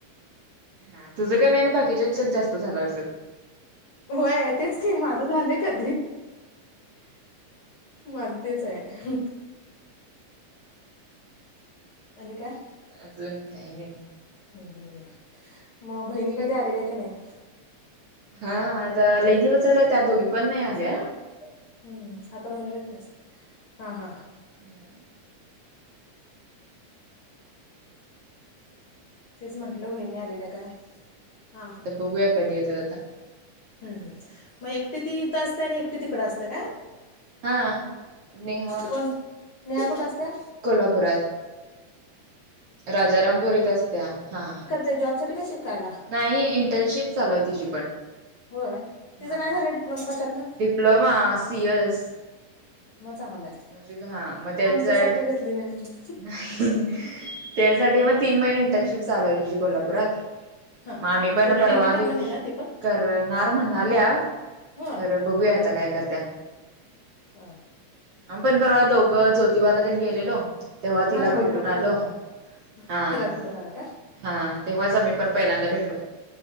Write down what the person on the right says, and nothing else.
हां तुझं कमी आणि बाकीच्यांच्या चं जास्तं झालं असलं
अजूंन कांहीं नाहीं.
हां आंता लई दिवसं झांला त्यां दोघी. पण नाही
आल्या
हम्मं
बघूंया कधीं येतांत आंता.
हां नेहां
कोल्हांपुरांत. राजारामंपुरीत असत्यां हां.
नाहीं इंटर्नशिप चालूं आहे तिची पणं.
हां
डिप्लोमा सीएस.
म्हणजे हां मंग त्यांच्या
नाहीं. त्यांसाठी मंग तीन महिने इंटर्नशिप चालूं आहे तुझी कोल्हांपुरात.
मंग आम्हीं पणं
पर्वा
दिऊं
करणारं म्हणाल्यां
खरं बघूंया. आंता कायं करत्यां.
पणं पर्वा दोघं ज्योतिबालां त्यांनी गेलेलो तेंव्हा तिलां
भेटूंन
आलो. हां
हां तेव्हांच आम्हीं पणं पहिल्यांदा भेटलो.